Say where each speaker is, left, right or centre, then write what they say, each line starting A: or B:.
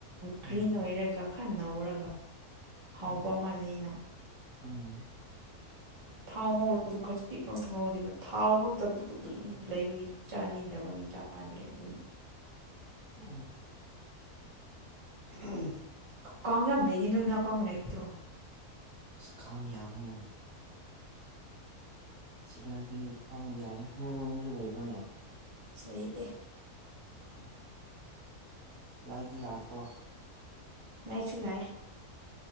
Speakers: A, on the right; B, on the right.
A: ꯒ꯭ꯔꯤꯟ
B: ꯎꯝ
A: ꯑꯣꯏꯔꯒ ꯈꯔ ꯅꯧꯔꯒ ꯍꯥꯎꯕ
B: ꯎꯝ
A: ꯃꯥꯂꯩꯅ
B: ꯎꯝ
A: ꯊꯥꯎ ꯉꯧꯔꯒꯁꯨ ꯈꯖꯤꯛ ꯉꯛꯇ ꯉꯧꯗꯦꯕ ꯊꯥꯎ ꯈꯛꯇ ꯑꯗꯨꯝ ꯑꯗꯨ ꯂꯩꯕꯒꯤ ꯆꯥꯅꯤꯡꯗꯕ ꯒꯤ ꯆꯥꯗ꯭ꯔꯦ ꯑꯗꯨꯒꯤ
B: ꯎ ꯑ
A: ꯀꯥꯡ ꯌꯥꯝ ꯂꯩꯌꯦ ꯅꯣꯏ ꯃꯅꯥ ꯀꯥꯡ ꯂꯩꯗ꯭ꯔꯣ
B: ꯁ ꯀꯝꯌꯥꯅ ꯁꯤꯗꯗꯤ ꯌꯥꯝ ꯍ ꯑꯃꯁꯨ ꯂꯩꯕꯅꯦ
A: ꯂꯩꯌꯦ
B: ꯎ ꯂꯥꯏꯗꯤ ꯂꯥꯛꯄ꯭ꯔꯣ
A: ꯂꯥꯛꯆꯨ ꯂ